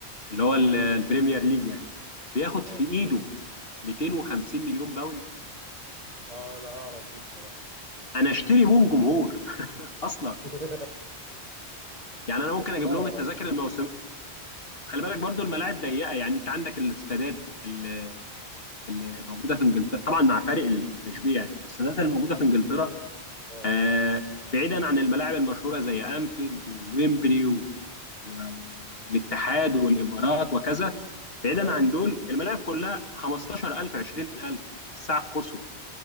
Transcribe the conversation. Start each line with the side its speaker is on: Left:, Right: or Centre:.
Left: اللي هو ال- البريمير ليج يعني بياخد
Right: اه
Left: في ايده 250 مليون باوند
Right: اه انا اعرف دي بصراحه
Left: انا اشتري بهم جمهور <laughs> اصلا
Right: <laughs>
Left: يعني انا ممكن اجيب
Right: لا
Left: لهم
Right: يا
Left: التذاكر
Right: راجل
Left: الموسميه خلي بالك برضو الملاعب ضيقه يعني انت عندك الاستادات اللي اللي موجوده في انجلترا طبعا مع فارق التشبيه يعني الاستادات اللي موجوده في انجلترا
Right: اه
Left: آه بعيدا عن الملاعب المشهورة زي أنفيلد وويمبلي و... و... والاتحاد والإمارات وكذا بعيدا
Right: تمام
Left: عن دول الملاعب كلها 15000 20000 الساعة القصوى